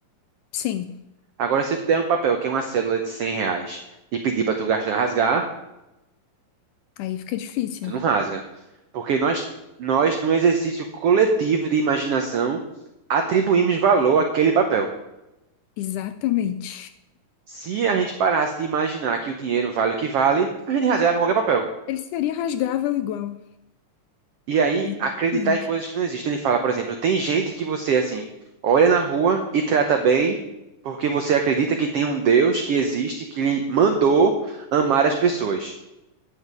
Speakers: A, on the left; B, on the right.
A: Sim,
B: Agora, se eu te der um papel que é uma cédula de 100 reais e pedir para tu gastar, rasgar,
A: aí fica difícil.
B: Tu não rasga. Porque nós, nós, no exercício coletivo de imaginação, atribuímos valor àquele papel.
A: Exatamente.
B: Se a gente parasse de imaginar que o dinheiro vale o que vale, a gente rasgava qualquer papel.
A: <laughs> Ele seria rasgável igual.
B: E aí,
A: Exatamente.
B: acreditar em coisas que não existem. Ele fala, por exemplo, tem gente que você, assim, olha na rua e trata bem porque você acredita que tem um Deus que existe, que lhe mandou amar as pessoas.